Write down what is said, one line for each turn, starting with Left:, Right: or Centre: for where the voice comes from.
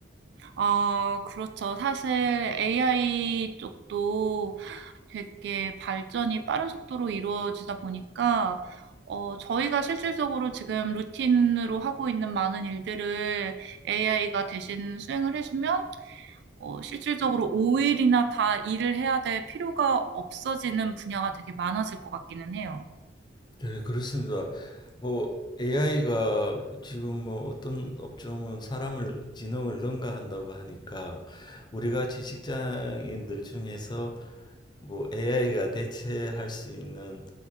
Right: 아 그렇죠. 사실 AI 쪽도 되게 발전이 빠른 속도로 이루어지다 보니까 어 저희가 실질적으로 지금 루틴으로 하고 있는 많은 일들을 AI가 대신 수행을 해 주면 어, 실질적으로 5일이나 다 일을 해야 될 필요가 없어지는 분야가 되게 많아질 것 같기는 해요.
Left: 네, 그렇습니다. 뭐 AI가 지금 뭐 어떤 업종은 사람을 지능을 능가한다고 하니까 우리 같이 직장인들 중에서 뭐 AI가 대체할 수 있는